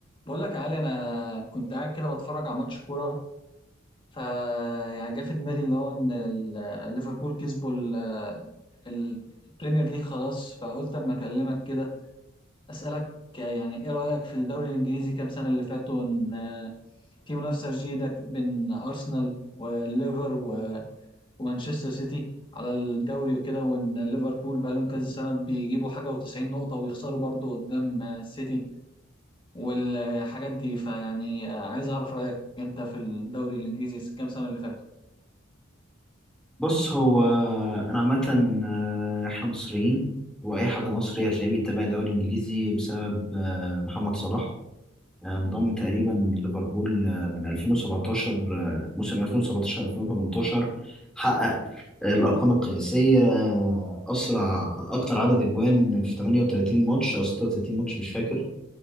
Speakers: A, on the left; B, in the centre.
A: بقول لك يا علي انا كنت قاعد كده بتفرج على ماتش كوره ف يعني جه في دماغي اللي هو ان ال- ليفربول كسبوا ال- البريمير ليج خلاص فقلت اما اكلمك كده اسالك يعني ايه رايك في الدوري الانجليزي كام سنه اللي فاتوا ان في منافسه جيده بين ارسنال والليفر و- ومانشستر سيتي على الدوري وكده وان ليفربول بقى لهم كذا سنه بيجيبوا حاجه و90 نقطه ويخسروا برضو قدام السيتي والحاجات دي فيعني آه، عايز اعرف رايك انت في الدوري الانجليزي كام سنه اللي فاتوا
B: بص هو انا عامه آه، احنا مصريين واي حد مصري هتلاقيه بيتابع الدوري الانجليزي بسبب آه، محمد صلاح آه، انضم تقريبا ليفربول آه، من 2017 آه، موسم 2017 2018 حقق آه، الارقام القياسيه آه، اسرع اكتر عدد اجوان في 38 ماتش او 36 ماتش مش فاكر